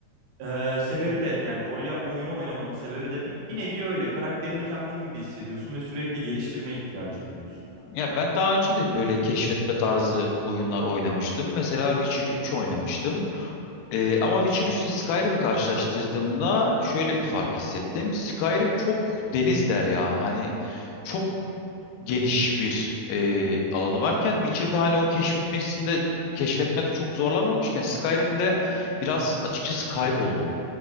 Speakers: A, on the right; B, on the left.
A: ee, sebebi de yani rol yapma oyunu oynamanın sebebi de bir, bir nevi öyle. Karakterini kendin gibi hissediyorsun ve sürekli geliştirme ihtiyacı duyuyorsun.
B: Ya ben daha önce de böyle keşfetme tarzı oyunlar oynamıştım. Mesela Witcher 3 oynamıştım. Ee, ama Witcher 3 ile Skyrim'i karşılaştırdığımda şöyle bir fark hissettim. Skyrim çok deniz derya. Hani çok geniş bir e, alanı varken Witcher'da hani o keşfetmesinde keşfetmede çok zorlanmamışken Skyrim'de biraz açıkçası kayboldum.